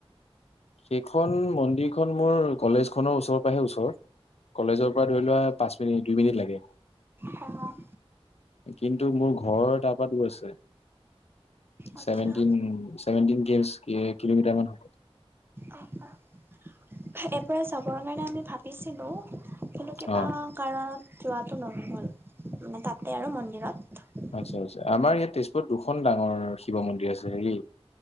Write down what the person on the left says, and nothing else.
সেইখন মন্দিৰখন মোৰ কলেজ খনৰ ওচৰৰ পৰাহে ওচৰত কলেজৰ পৰা ধৰি লোৱা পাঁচ মিনিট দুই মিনিট লাগে।
কিন্তু, মোৰ ঘৰৰ তাৰপৰা দূৰ আছে
ছেভেনটিন <unintelligible> কিলোমিটাৰ মান হ
অ',
আচ্ছা-আচ্ছা আমাৰ ইয়াত তেজপুৰত দুখন ডাঙৰ শিৱ মন্দিৰ আছে হেৰি